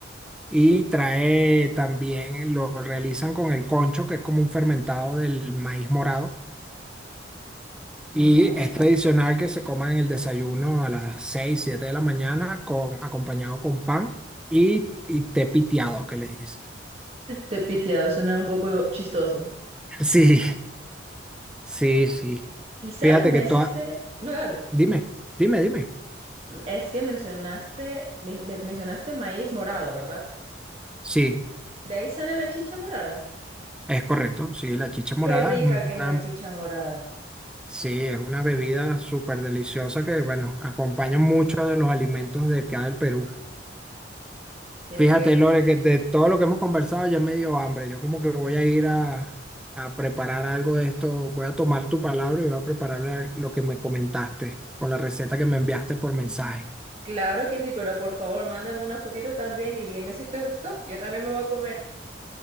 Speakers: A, in the centre; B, on the right (about 30°).
A: y trae también, lo realizan con el concho, que es como un fermentado del maíz morado. Y
B: Wow.
A: es tradicional que se coma en el desayuno a las 6 7 de la mañana, con, acompañado con pan y, y té piteado, que le dicen.
B: Te piteado suena un poco chistoso.
A: <laughs> Sí, sí, sí.
B: Y sabes,
A: Fíjate
B: me
A: que todas...
B: hiciste, no, dale,
A: Dime, dime, dime.
B: es que mencionaste, me, me- mencionaste maíz morado, ¿verdad?
A: Sí,
B: De ahí sale la chicha morada.
A: Es correcto, sí, la chicha morada
B: Qué rica
A: es
B: que
A: una,
B: es la chicha morada.
A: sí, es una bebida súper deliciosa que, bueno, acompaña muchos de los alimentos de acá del Perú.
B: Qué
A: Fíjate,
B: rico.
A: Lore, que de todo lo que hemos conversado ya me dio hambre. Yo como que voy a ir a, a preparar algo de esto. Voy a tomar tu palabra y voy a preparar lo que me comentaste con la receta que me enviaste por mensaje.
B: Claro que sí, pero por favor, mándame una fotito también y dime si te gustó. Yo también me voy a comer.